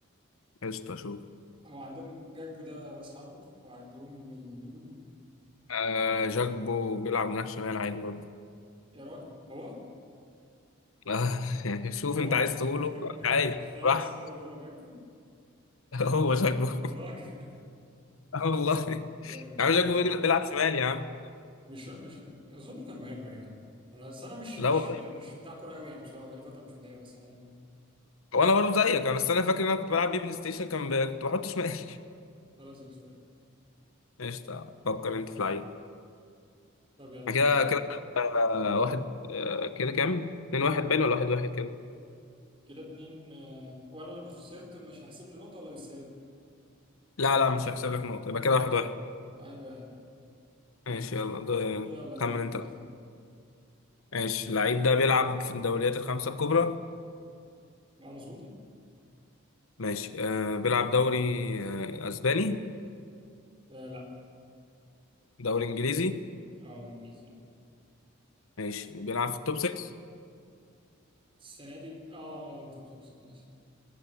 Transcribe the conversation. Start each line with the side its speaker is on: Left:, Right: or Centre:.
Left: قشطة شوف
Right: هو عندهم جاكبو ده راس حربة وعندهم يمين
Left: آه جاكبو بيلعب جناح شمال عادي برضه
Right: يا راجل هو
Left: <laughs> آه يعني شوف
Right: هو
Left: انت عايز تقوله
Right: <laughs>
Left: عادي
Right: خلاص
Left: راح
Right: هقول هو جاكبو
Left: <laughs> هو جاكبو <laughs>
Right: يا راجل
Left: اه والله
Right: <laughs> جامد يا
Left: يا
Right: عم
Left: عم جاكبو بيجري- بيلعب شمال يا عم
Right: مش مش اظنه كان مهاجم يا جدع انا بس انا مش
Left: لا
Right: مش
Left: والله
Right: لا مش بتاع كوره قوي يعني بصراحه بقالي فتره مش متابع بس انا يعني
Left: هو انا برضه زيك انا بس انا فاكر ان انا كنت بلعب بيه بلاي ستيشن كان ب... كنت بحط شمال <laughs>
Right: خلاص قشطه
Left: قشطه فكر انت في لعيب
Right: طب يلا
Left: أنا
Right: في
Left: كده
Right: حد
Left: كده آه، واحد آه، كده كام؟ اتنين واحد باين ولا واحد واحد كده؟
Right: كده اتنين آه، هو انا لما خسرت مش هحسب لي النقطه ولا بالسالب
Left: لا لا مش هحسب لك نقطة يبقى كده واحد واحد
Right: واحد واحد اه
Left: ماشي يلا ده
Right: يلا
Left: خمن
Right: في حد في
Left: انت
Right: دماغي
Left: لا ماشي اللعيب ده بيلعب في الدوريات الخمسة الكبرى
Right: اه مظبوطه
Left: ماشي آه بيلعب دوري آه أسباني
Right: آه لا
Left: دوري إنجليزي
Right: اه انجليزي اه
Left: ماشي بيلعب في التوب 6
Right: السنه دي اه اه طب طب طب- انجليزي